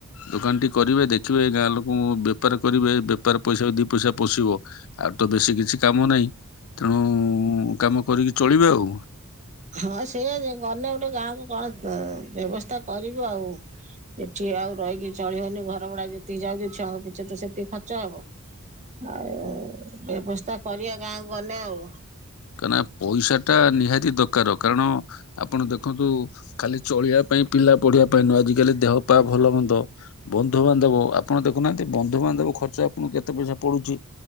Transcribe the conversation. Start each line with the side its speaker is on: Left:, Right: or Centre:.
Left: ଦୋକାନ ଟି କରିବେ ଦେଖ ଗାଁ ଲୋକଙ୍କୁ ବେପାର କରିବେ ବେପାର ପଇସା ବି ପଇସା ପଶିବ ଆଉ ତ ବେଶୀ କିଛି କାମ ନାହିଁ ତେଣୁ କାମ କରିକି ଚଳିବେ ଆଉ
Right: ହଁ ସେ ଗଲେ ଗୋଟେ ଗାଁକୁ କଣ ବ୍ୟବସ୍ଥା କରିବୁ ଆଉ ଏଠି ଆଉ ରହିକି ଚଳ ହଉନି ଘର ଭଡା ଯେତିକି ଯାଉ ଛୁଆଙ୍କ ପିଛେ ତ ସେତିକି ଖର୍ଚ ହବ ଆଉ ବ୍ୟବସ୍ଥା କରିବା ଗାଁକୁ ଗଲେେ ଆଉ
Left: କାହିଁକ ନାନା ପଇସା ଟା ନିହାତି ଦରକାର କାରଣ ଆପଣ ଦେଖନ୍ତୁ ଖାଲି ଚଳିବା ପାଇଁ ପିଲା ପଢିବା ପାଇଁ ନୁହଁ ଆଜଜିିକାଲି ଦେହ ପା ଭଲ ହନ୍ଦ ବନ୍ଧୁବାନ୍ଧବ ଆପଣ ଦେଖୁନାହାନ୍ତି ବନ୍ଧୁବାନ୍ଧବ ଖର୍ଚ୍ଚ ଆପଣଙ୍କୁ କେତେ ପଇସା ପଡୁଛି